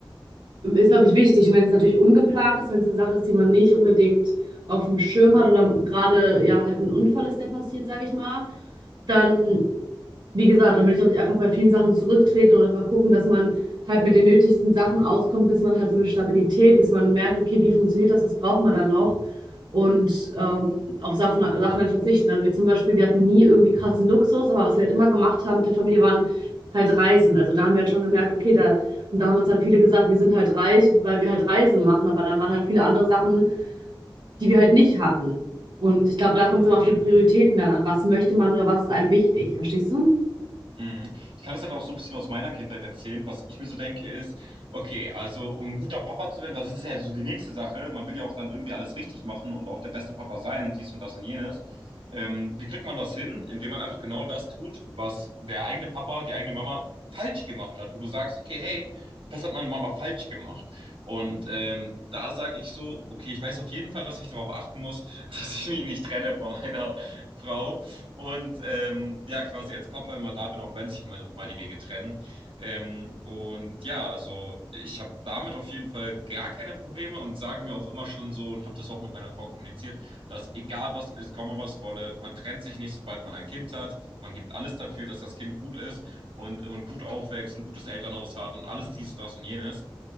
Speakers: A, on the right; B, on the right.
A: ist, glaube ich, wichtig. Und wenn es natürlich ungeplant ist, wenn es eine Sache ist, die man nicht unbedingt auf dem Schirm hat oder gerade ja halt ein Unfall ist, der passiert, sage ich mal, dann wie gesagt, dann würde ich, glaube ich, einfach bei vielen Sachen zurücktreten und einfach gucken, dass man halt mit den nötigsten Sachen auskommt, bis man halt so eine Stabilität, bis man merkt, okay, wie funktioniert das, Das braucht man dann noch? Und ähm, auf Sachen, Sachen halt verzichten. Also wir zum Beispiel, wir hatten nie irgendwie krassen Luxus, aber was wir halt immer gemacht haben mit der Familie, waren halt Reisen. Also da haben wir halt schon gemerkt, okay, da, und da haben uns halt viele gesagt, wir sind halt reich, weil wir halt Reisen machen, aber dann waren halt viele andere Sachen, die wir halt nicht hatten. Und ich glaube, da
B: Mhm.
A: kommt es immer auf die Prioritäten dann an. Was möchte man oder was ist einem wichtig? Verstehst du?
B: Mhm. Ich kann das halt auch so ein bisschen aus meiner Kindheit erzählen. Was ich mir so denke, ist, okay, also um ein guter Papa zu werden, weil das ist ja so die nächste Sache. Man will ja auch dann irgendwie alles richtig machen und auch der beste Papa sein und dies und das und jenes. Ähm, wie kriegt man das hin? Indem man einfach genau das tut, was der eigene Papa, die eigene Mama falsch gemacht hat, wo du sagst, okay, hey, das hat meine Mama falsch gemacht. Und ähm, da sage ich so, okay, ich weiß auf jeden Fall, dass ich darauf achten muss, <laughs> dass ich mich nicht trenne von meiner <laughs> Frau und ähm, ja, quasi als Papa immer da bin, auch wenn sich mal, mal die Wege trennen. Ähm, und ja, also ich habe damit auf jeden Fall gar keine Probleme und sage mir auch immer schon so und habe das auch mit meiner Frau kommuniziert, dass egal was ist, komme was wolle, man trennt sich nicht, sobald man ein Kind hat. Man gibt alles dafür, dass das Kind gut ist und, und gut aufwächst, ein gutes Elternhaus hat und alles dies, das und jenes.